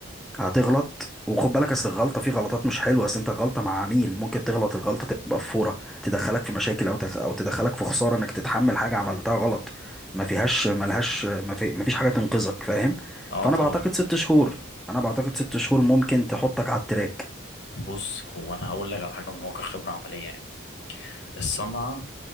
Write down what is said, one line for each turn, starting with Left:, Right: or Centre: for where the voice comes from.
Centre: هتغلط وخد بالك اصل الغلطه في غلطات مش حلوه اصل انت غلطه مع عميل ممكن تغلط الغلطه تبقى في فوره تدخلك في مشاكل او تخ... او تدخلك في خساره انك تتحمل حاجه عملتها غلط ما فيهاش ملهاش ما, في... ما فيش حاجه تنقذك فاهم
Left: اه
Centre: فانا
Left: طبعا
Centre: بعتقد ست شهور انا بعتقد ست شهور ممكن تحطك على التراك
Left: بص هو انا هقول لك على حاجه من واقع خبره عمليه يعني الصنعه